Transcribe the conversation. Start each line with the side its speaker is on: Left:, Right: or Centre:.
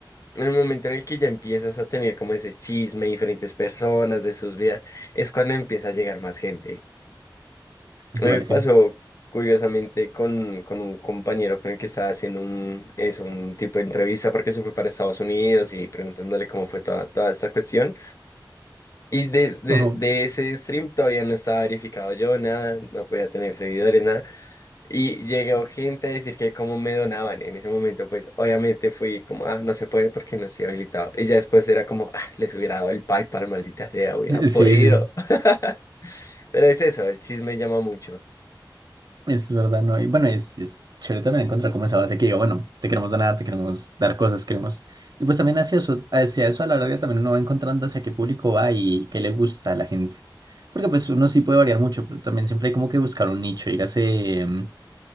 Left: en el momento en el que ya empiezas a tener como ese chisme, diferentes personas de sus vidas, es cuando empieza a llegar más gente.
Right: iguales
Left: A mí me pasó
Right: siempre.
Left: curiosamente con, con un compañero con el que estaba haciendo un, eso, un tipo de entrevista porque se fue para Estados Unidos y preguntándole cómo fue toda, toda esta cuestión. Y de, de,
Right: Ujú.
Left: de
Right: <laughs>
Left: ese stream todavía no estaba verificado yo, nada, no podía tener seguidores, nada. Y llegó gente a decir que cómo me donaban en ese momento, pues obviamente fui como, ah, no se puede porque no estoy habilitado. Y ya después era como, ah, les hubiera dado el PayPal, maldita sea, hubiera
Right: Sí,
Left: podido.
Right: sí, sí.
Left: <laughs> Pero es eso, el chisme llama mucho.
Right: Es verdad, ¿no? Y bueno, es, es chévere también encontrar como esa base que diga, bueno, te queremos donar, te queremos dar cosas, queremos... Y pues también hacia eso, hacia eso a la larga también uno va encontrando hacia qué público va y qué le gusta a la gente. Porque pues uno sí puede variar mucho, pero también siempre hay como que buscar un nicho. Dígase, mm,